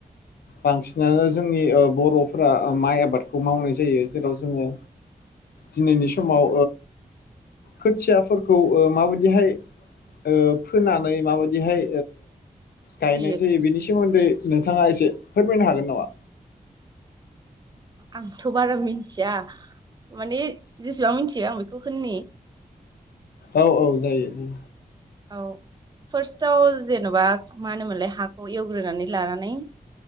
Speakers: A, on the left; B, on the right.
A: बांसिनानो जोंनि बर'फोरा माइ आबादखौ मावनाय जायो जेराव जोङो दिनैनि समाव खोथियाफोरखौ माबायदिहाय ओ फोनानै माबायदिहाय गायनाय
B: फुयो
A: जायो बेनि सोमोन्दै नोंथाङा एसे फोरमायनो हागोन नामा
B: आंथ' बारा मिथिया माने जेसेबां मिथियो आं बेखौ होननि।
A: औ औ जायो जायो।
B: औ फार्स्टआव जेन'बा मा होनोमोनलाय हाखौ एवग्रोनानै लानानै